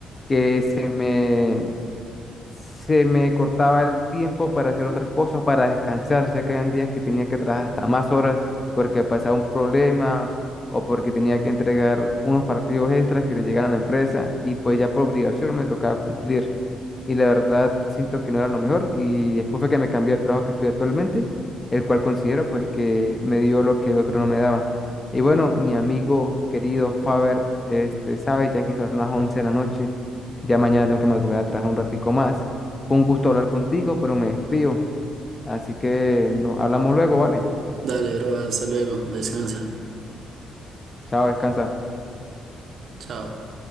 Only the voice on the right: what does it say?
Dale, bro, hasta luego, descansa,
chao.